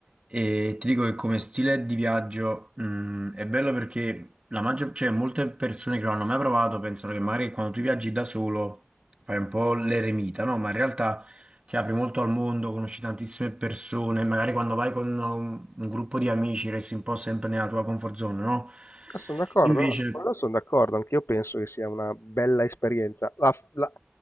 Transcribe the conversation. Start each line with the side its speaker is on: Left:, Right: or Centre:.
Right: E ti dico che come stile di viaggio, mh, è bello perché la maggior, cioè, molte persone che non hanno mai provato pensano che magari quando tu viaggi da solo fai un po' l'eremita, no? Ma in realtà ti apri molto al mondo, conosci tantissime persone, magari quando vai con un, un gruppo di amici resti un po' sempre nella tua comfort zone, no?
Left: Ah, son d'accordo,
Right: Invece
Left: no, su quello son d'accordo, anch'io penso che sia una bella esperienza. La f la